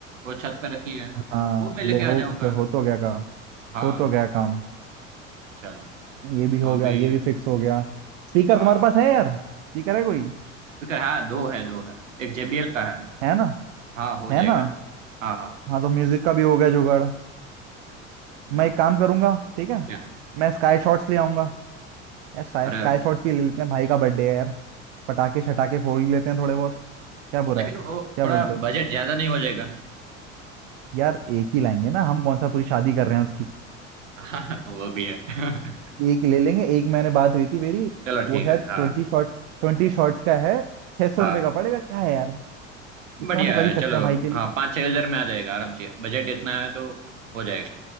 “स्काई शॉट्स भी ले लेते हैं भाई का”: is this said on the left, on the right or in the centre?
Right